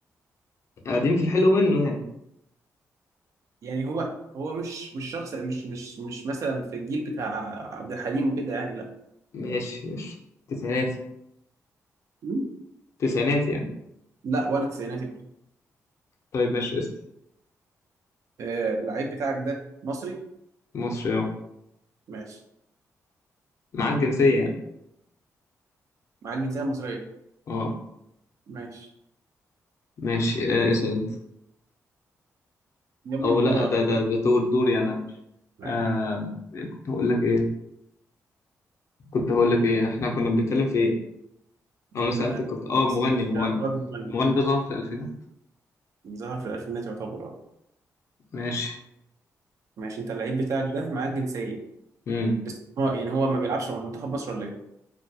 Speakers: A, on the left; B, on the right.
A: قديم في الحلو منه يعني
B: يعني هو هو مش مش شخص مش مش مش مثلا في الجيل بتاع عبد الحليم وكده يعني لا
A: ماشي ماشي تسعينات
B: م?
A: تسعينات يعني
B: لا ولا تسعيناتي برضه
A: طيب ماشي اسأل
B: آه، اللعيب بتاعك ده مصري
A: مصري اه
B: ماشي
A: معاه الجنسية يعني
B: معاك جنسية مصرية
A: اه
B: ماشي
A: ماشي آه اسأل انت
B: يا ابني
A: او
B: ما
A: لا
B: هو دول
A: ده ده ده دور دوري انا ماشي
B: ايوه
A: آه كنت هقول لك ايه كنت هقول لك ايه احنا كنا بنتكلم في ايه أو
B: ان
A: انا سألتك كنت اه
B: بس
A: مغني مغني
B: ده راجل مغني
A: المغني ده ظهر في الالفينات
B: ظهر في الالفينات يعتبر اه
A: ماشي
B: ماشي انت اللعيب بتاعك ده معاك جنسيه
A: امم
B: بس هو يعني هو ما بيلعبش مع منتخب مصر ولا ايه؟